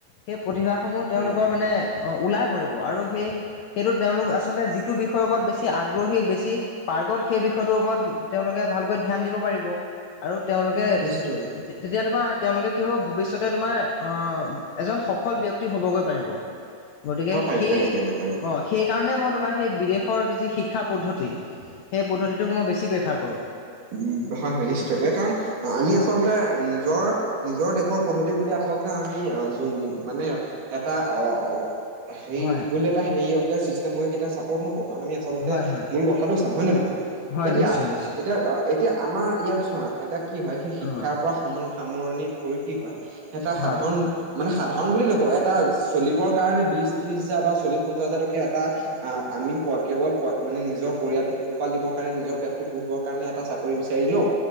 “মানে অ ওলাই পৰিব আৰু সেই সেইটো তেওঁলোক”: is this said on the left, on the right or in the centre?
Left